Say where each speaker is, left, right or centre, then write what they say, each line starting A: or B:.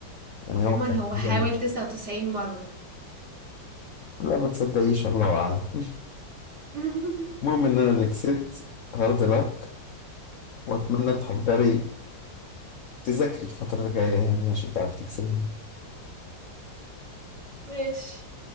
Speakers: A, on the left; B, on the right.
A: يعني
B: عموما
A: هو كان
B: هو
A: في
B: حاول
A: انا
B: تسعة وتسعين مرة
A: لا ما تصدقيش الله اعلم
B: <laughs>
A: المهم ان انا اللي كسبت هارد لك واتمنى تحضري تذاكري الفترة الجاية يعني عشان تعرفي تكسبي
B: ماشي